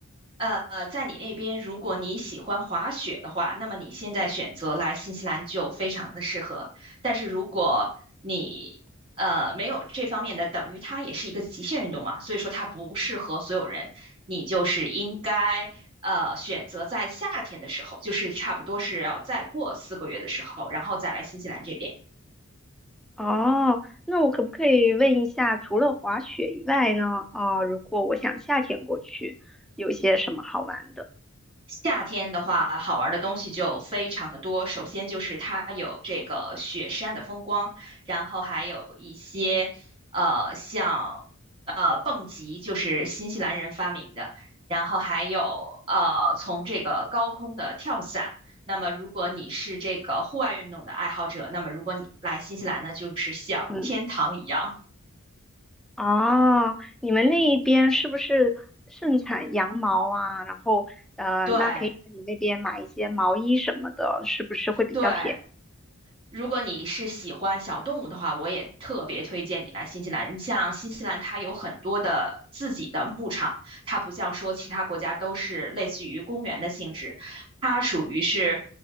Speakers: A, on the right (about 25°); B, in the centre.
A: 呃，呃在你那边，如果你喜欢滑雪的话，那么你现在选择来新西兰就非常的适合。但是如果你呃没有这方面的，等于它也是一个极限运动嘛，所以说它不适合所有人。你就是应该呃选择在夏天的时候，就是差不多是要再过四个月的时候，然后再来新西兰这边。
B: 哦，那我可不可以问一下，除了滑雪以外呢？啊，如果我想夏天过去，有些什么好玩的？
A: 夏天的话，好玩的东西就非常的多。首先就是它有这个雪山的风光，然后还有一些呃像呃蹦极，就是新西兰人发明的，然后还有呃从这个高空的跳伞。那么如果你是这个户外运动的爱好者，那么如果你来新西兰呢，就是像天堂一样。
B: 嗯。哦，你们那一边是不是盛产羊毛啊？然后，呃，
A: 对
B: 那可以在你那边买一些毛衣什么的，是不是会比较便宜？
A: 对，如果你是喜欢小动物的话，我也特别推荐你来新西兰。你像新西兰，它有很多的自己的牧场，它不像说其他国家都是类似于公园的性质，它属于是